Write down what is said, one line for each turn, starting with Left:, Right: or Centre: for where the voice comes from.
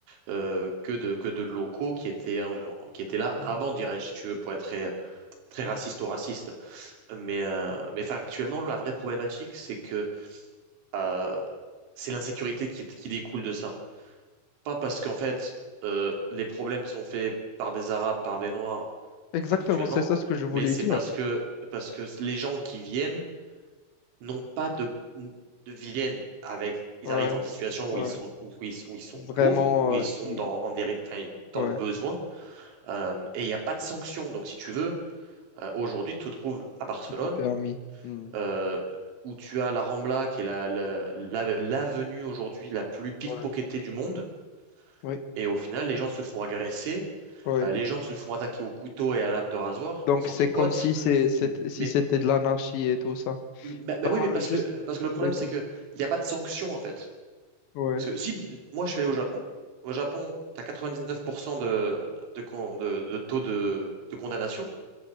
Right: euh, que de, que de locaux qui étaient, euh, genre, qui étaient là avant,
Left: ouais,
Right: dirais-je, si tu veux, pour être très, très raciste
Left: ouais.
Right: ou raciste. Mais, euh, mais factuellement, la vraie problématique, c'est que euh, c'est l'insécurité qui, qui découle de ça. Pas parce qu'en fait, euh, les problèmes sont faits par des Arabes, par des Noirs,
Left: Exactement,
Right: factuellement,
Left: c'est ça ce que je voulais
Right: mais c'est
Left: dire.
Right: parce que, parce que les gens qui viennent n'ont pas de, de viennent avec, ils
Left: Ouais,
Right: arrivent dans des situations
Left: ouais.
Right: où ils sont, où, ils, où ils sont
Left: Vraiment,
Right: pauvres, où ils
Left: euh,
Right: sont
Left: il-
Right: dans, en déri- enfin, dans
Left: ouais,
Right: le besoin, euh, et il n'y a pas de sanction. Donc, si tu veux, euh, aujourd'hui, tu te trouves à Barcelone,
Left: tout est permis. Hmm.
Right: euh, où tu as la Rambla, qui est la, la, la- l'avenue aujourd'hui la plus pickpocketée
Left: Ouais,
Right: du monde.
Left: oui,
Right: Et au final, les gens se font agresser
Left: ouais.
Right: Euh, les gens se font attaquer au couteau et à la lame de rasoir
Left: Donc
Right: en sortie
Left: c'est
Right: de
Left: comme
Right: boîte.
Left: si c'est, c'est-
Right: M-
Left: si
Right: Mais,
Left: c'était de l'anarchie et tout ça.
Right: bah, bah
Left: Bah,
Right: oui, mais parce
Left: juste,
Right: que, parce que le problème,
Left: ouais, Tom.
Right: c'est qu'il n'y a pas de sanction, en fait.
Left: Ouais.
Right: Parce que si moi, je suis allé au Japon, au Japon, tu as 99% de, de, con- de, de taux de, de condamnation.